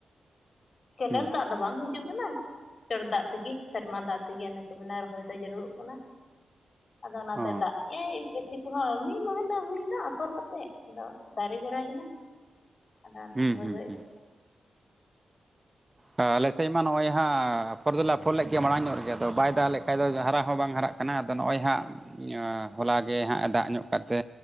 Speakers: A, on the left; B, on the right.
A: ᱠᱮᱱᱮᱞ
B: ᱦᱩᱸ
A: ᱫᱟᱜ ᱫᱚ ᱵᱟᱝ ᱦᱤᱡᱩᱜ ᱠᱟᱱᱟ ᱪᱟᱸᱴ ᱫᱟᱜ ᱛᱮᱜᱮ ᱥᱮᱨᱢᱟ ᱫᱟᱜ ᱛᱮᱜᱮ ᱟᱞᱮ ᱠᱚ ᱥᱮᱱ ᱟ ᱨᱚᱦᱚᱭ ᱫᱚ ᱡᱟᱹᱨᱩᱲᱚᱜ ᱠᱟᱱᱟ ᱟᱫᱚ ᱱᱚᱛᱮ
B: ᱚ
A: ᱫᱟᱜ ᱮᱫ ᱟᱭ ᱜᱟᱹᱪᱷᱤ ᱠᱚᱦᱚᱸ ᱢᱤᱫ ᱢᱟᱦᱱᱟ ᱦᱩᱭᱮᱱᱟ ᱟᱯᱷᱚᱨ ᱠᱟᱛᱮ ᱟᱫᱚ ᱫᱟᱨᱮ ᱵᱟᱲᱟᱭᱮᱱᱟ᱾ ᱟᱫᱟᱛᱮ
B: ᱦᱩᱸ
A: ᱨᱚᱦᱚᱭ
B: ᱦᱩᱸ
A: ᱦᱩᱭᱩ
B: ᱦᱩᱸ
A: <inaudible>
B: ᱟᱞᱮᱥᱮᱫ ᱢᱟ ᱱᱚᱜᱼᱚᱭ ᱦᱟᱜ ᱯᱷᱳᱚᱨ ᱫᱚᱮᱞ ᱟᱯᱷᱳᱱ ᱞᱮᱫ ᱜᱮᱭᱟ ᱢᱟᱲᱟᱝ ᱧᱚᱜ ᱨᱮᱜᱮ ᱟᱫᱚ ᱵᱟᱭ ᱫᱟᱜ ᱞᱮᱫ ᱠᱷᱟᱱ ᱫᱚ ᱦᱟᱨᱟ ᱦᱚᱸ ᱵᱟᱝ ᱦᱟᱨᱟᱜ ᱠᱟᱱᱟ ᱠᱟᱱᱟ ᱟᱫᱚ ᱱᱚᱜᱼᱭ ᱦᱟᱸᱜ ᱧᱚᱸ ᱦᱚᱞᱟ ᱜᱮ ᱦᱟᱸᱜ ᱫᱟᱜ ᱧᱚᱜ ᱠᱟᱫᱛᱮ